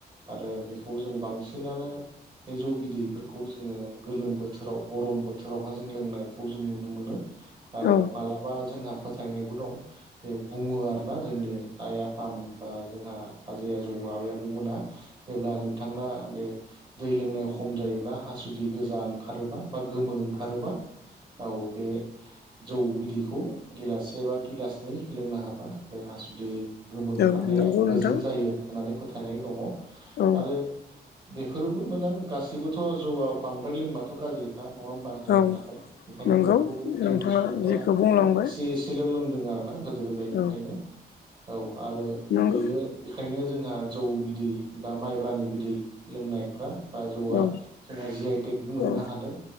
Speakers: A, on the right (about 30°); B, on the left (about 70°).
A: आरो बेखौ जों बांसिनानो बे जौ बिदैफोरखौ जोङो गोलोम बोथोराव गरम बोथोरावहा जों लोंनाय खौ जों नुनो मोनो आरो
B: औ
A: मालाबा जोंहा फोथायनायबो दं बे बुङो आरोना जोंनि आइ -आफामोन बा जोंहा आजै -आजौ आबै -आबौमोना जेब्ला नोंथांना बे दै लोंनायाव खम जायोब्ला हासुदै गोजा ओंखारोबा बा गोमो ओंखारोबा औ बे जौ बिदैखौ गिलाससे बा गिलासनै लोंनो हाबा बे हासुदै गोमो ओंखारनाया
B: औ नंगौ नोंथां
A: गोजों जायो होननानै फोथायनाय दङ
B: औ
A: आरो बेफोर फोरबो मोजां गासैबोथ' जौआ बांद्राय लोंबाथ' गाज्रिखा नङा बा देहानि
B: औ
A: थाखाय बेखायनो
B: नंगौ
A: बेफोरखौ जोंनि
B: नोंथाङा
A: सुबुंफोरा
B: जेखौ बुंलांबाय
A: एसे एसेल' लोंदों आरोना गोदो- गोदायनिफ्रायनो
B: औ
A: औ आरो
B: नंगौ
A: बेयो बेखायनो जोंहा जौ बिदै बा माइब्रानि बिदै लोंनायफ्रा बा जौआ
B: औ
A: जोंहा जि आइ टेकबो मोननो
B: औ
A: हादों